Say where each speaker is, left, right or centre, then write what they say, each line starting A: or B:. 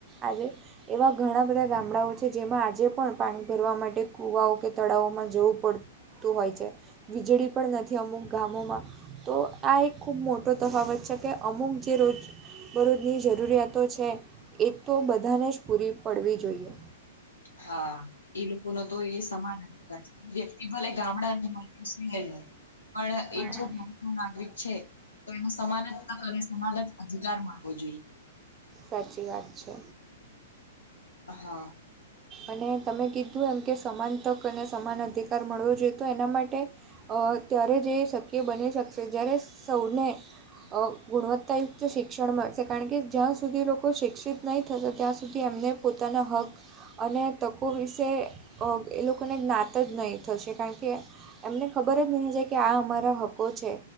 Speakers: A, on the right; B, on the left.
A: આજે એવા ઘણા બધા ગામડાઓ છે, જેમાં આજે પણ પાણી ભરવા માટે કુવાઓ કે તળાવમાં જવું પડ તું હોય છે. વીજળી પણ નથી અમુક ગામોમાં. તો આ એક ખૂબ મોટો તફાવત છે, કે અમુક જે રોજ બરોજની જરૂરિયાતો છે, એ તો બધાને જ પૂરી પડવી જોઈએ.
B: હા. ઈ લોકો નો તો એ સમાન અધિકાર છે. વ્યક્તિ ભલે ગામડાનો હોય કે શહેરનો. પણ
A: હા
B: એ જો <unintelligible> નાગરિક છે, તો એનો સમાન જ તક અને સમાન જ અધિકાર મળવો જોઈએ.
A: સાચી વાત છે.
B: હા.
A: અને તમે કીધું એમ, કે સમાન તક અને સમાન અધિકાર મળવો જોઈએ. તો એના માટે અહ ત્યારે જ એ શક્ય બની શકશે, જ્યારે સૌને અહ ગુણવત્તાયુક્ત શિક્ષણ મળશે. કારણ કે, જ્યાં સુધી એ લોકો શિક્ષિત નહીં થશે, ત્યાં સુધી એમને પોતાના હક અને તકો વિશે અહ એ લોકોને જ્ઞાત જ નહીં થશે. કારણ કે એમને ખબર જ નહીં છે, કે આ અમારા હકો છે.